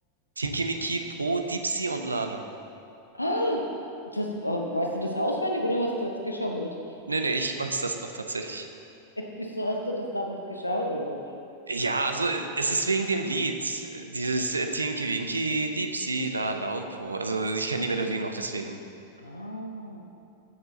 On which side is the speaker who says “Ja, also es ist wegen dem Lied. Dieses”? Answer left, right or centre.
Right